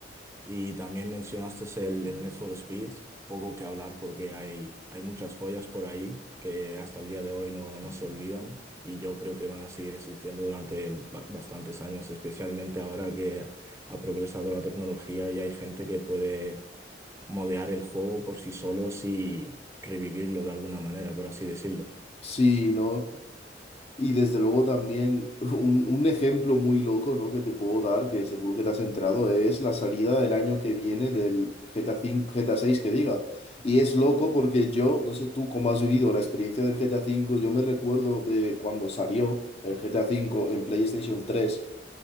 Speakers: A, on the right; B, on the left.
A: Y también mencionaste el, el Need for Speed, poco que hablar porque hay, hay muchas joyas por ahí que hasta el día de hoy no, no se olvidan y yo creo que van a seguir existiendo durante ba- bastantes años, especialmente ahora que ha progresado la tecnología y hay gente que puede modear el juego por sí solos y revivirlo de alguna manera, por así decirlo.
B: sí, ¿no? Y desde luego también <laughs> un, un ejemplo muy loco, ¿no? que te puedo dar, que seguro que te has entrado, es la salida del año que viene del G T GTA 5, GTA seis que diga. Y es loco porque yo, no sé tú cómo has vivido la experiencia del G GTA cinco yo me recuerdo de cuando salió el G GTA cinco en PlayStation tres